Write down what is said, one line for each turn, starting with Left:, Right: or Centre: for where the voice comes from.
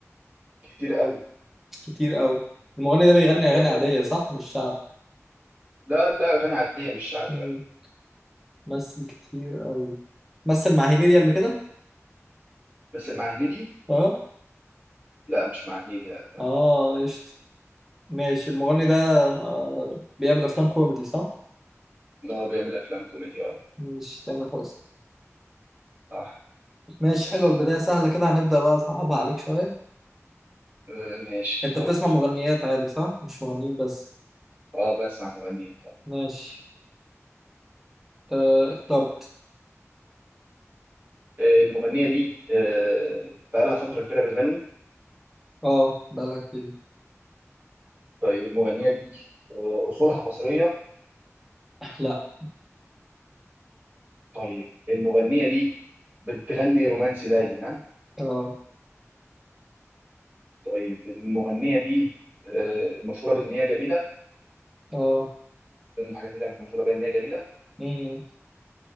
Right: كتير أوي
Centre: كتير قوي المغني ده بيغني
Right: وبيعمل
Centre: اغاني عاديه صح مش شعب
Right: لا لا أغاني عادية مش شعبي
Centre: امم
Right: لا
Centre: مثل كتير قوي مثل مع هنيدي قبل كده
Right: بس اللي مع هنيدي
Centre: اه
Right: لا مش مع هنيدي لا
Centre: اه قشطة ماشي المغني ده آه بيعمل افلام كوميدي صح
Right: لا بيعمل أفلام كوميدي آه
Centre: مش تامر حسني
Right: صح
Centre: ماشي حلوه البدايه سهله كده هنبدا بقى اصعبها عليك شويه
Right: آه، ماشي
Centre: انت
Right: طبعا
Centre: بتسمع مغنيات عادي صح مش مغنيين بس
Right: اه بسمع مغنية طبعا
Centre: ماشي آه اخترت
Right: آه، المغنية دي آه، بقالها فترة كبيرة بتغني
Centre: اه بقالها كتير
Right: طيب المغنية دي آه، أصولها مصرية
Centre: لا
Right: طيب المغنية دي بتغني رومانسي دايما ها
Centre: اه
Right: طيب المغنية دي آه، مشهورة بإن هي جميلة
Centre: اه
Right: ده من الحاجات اللي هي مشهورة بإن هي جميلة
Centre: امم